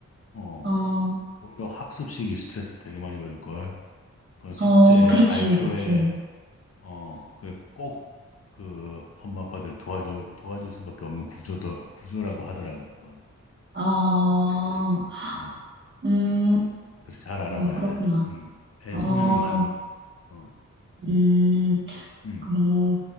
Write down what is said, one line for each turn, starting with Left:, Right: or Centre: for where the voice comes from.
Left: 어.
Right: 어,
Left: 오히려 학습식이 스트레스 되게 많이 받을 걸. 그 숙제
Right: 어, 그렇지,
Left: 발표에
Right: 그치.
Left: 어 그 꼭 그 엄마 아빠들 도와줘 도와줄 수밖에 없는 구조도 구조라고 하더라고 그건
Right: 어,
Left: SLP는 어
Right: 음,
Left: 그래서 잘 알아봐야
Right: 어, 그렇구나.
Left: 돼. 음. 애
Right: 어,
Left: 성향에 맞는 거. 어.
Right: 음,
Left: 음.
Right: 그,